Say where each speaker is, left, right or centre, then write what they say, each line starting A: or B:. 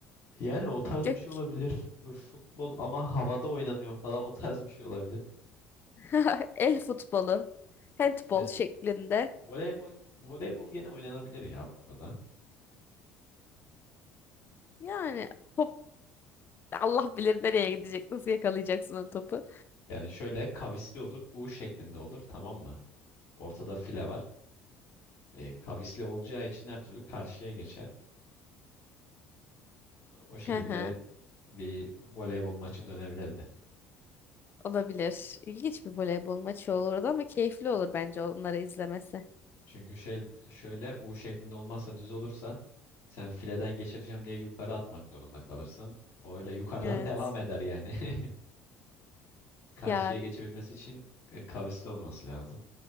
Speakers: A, on the left; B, on the left.
A: Yani o tarz
B: Gök.
A: bir şey olabilir. Futbol ama havada oynanıyor falan o tarz bir şey olabilir.
B: <laughs> El futbolu. Handball
A: Evet.
B: şeklinde.
A: Voleybol, voleybol gene oynanabilir ya bu arada.
B: Yani top Allah bilir nereye gidecek. Nasıl yakalayacaksın o topu?
A: Yani şöyle kavisli olur, U şeklinde olur tamam mı? Ortada file var. E, kavisli olacağı için her türlü karşıya geçer. O şekilde
B: Hı hı.
A: bir voleybol maçı dönebilirdi.
B: Olabilir. İlginç bir voleybol maçı olurdu ama keyifli olur bence onları izlemesi.
A: Çünkü şey şöyle U şeklinde olmazsa düz olursa sen fileden geçireceğim diye yukarı atmak zorunda kalırsın. O öyle yukarıdan
B: Evet.
A: <laughs> devam eder yani. <laughs> Karşıya
B: Ya
A: geçebilmesi için e, kavisli olması lazım.